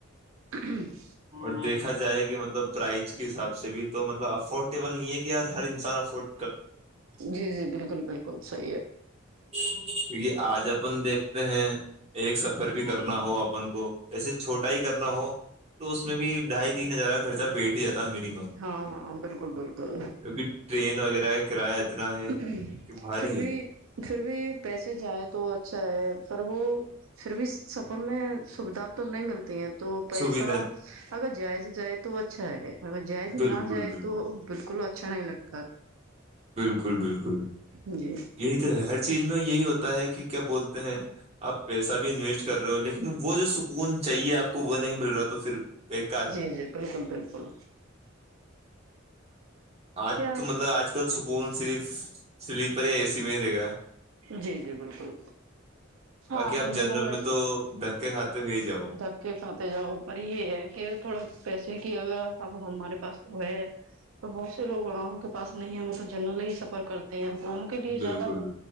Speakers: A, on the right; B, on the right.
A: <inaudible>
B: اور دیکھا جائے کہ مطلب پرائز کے حساب سے بھی تو مطلب افورڈبل نہیں ہے کہ کہ یار ہر انسان افورٹ
A: جی جی بالکل بالکل ہم صحیح ہے
B: کیونکہ آج اب <unintelligible> اپن دیکھتے ہیں ایک سفر بھی کرنا ہو اپن کو جیسے چھوٹا ہی کرنا ہو تو اس میں بھی ڈھائی تین ہزار کا خرچہ بیٹھ ہی جاتا ہے منیمم
A: ہاں ہاں بالکل بالکل
B: کیونکہ ٹرین وغیرہ کا کرایہ اتنا ہے
A: پھر
B: کہ بھاری
A: بھی
B: ہے
A: پھر بھی پیسے جائائے تو اچھا ہے پر وہ پھر بھی سفر میں سویدھا تو نہیں ملتی ہیں تو پیسہ
B: سویدھا
A: اگر جائے سے جائے تو اچھا اگر جائے کہ
B: بالکل
A: نہ جائے
B: بالکل
A: تو بالکل اچھا نہیں لگتا
B: بالکل بالکل
A: جی
B: یہی تو ہر چیز میں یہی ہوتا ہے کہ کیا بولتے ہیں آپ پیسہ بھی انویسٹ کرے ہو لیکن وہ جو سکھ اون چاہیے آپ کو وہ نہیں مل رہا تو پھر بیکار ہے
A: جی جی بالکل بالکل
B: آج
A: کیا
B: تو مطلب آج کل سکون صرف صرف پیا سی میریرےا
A: جی جی بالکل ہاں
B: باقی آپ
A: پرد
B: جنرل
A: کووم
B: میں تو دھکے کھاتے ہوئے ہی جاؤ
A: جب کے کھاتے جاؤ پر ہی یہ ہے کہ تھوڑا پیسے کہ اگر اب ہمارے پاس تو ہے تو بہت سے لوگ وہ کے پاس نہیں ہے وہ تو جنرلی ہی سفر کرتے ہیں تو ان کے لیے
B: بالکل
A: زیادہ ب